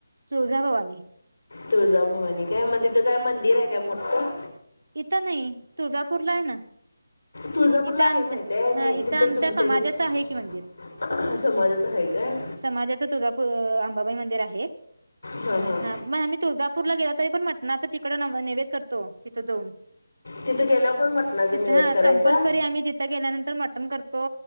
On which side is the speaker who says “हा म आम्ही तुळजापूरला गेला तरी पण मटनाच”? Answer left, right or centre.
Right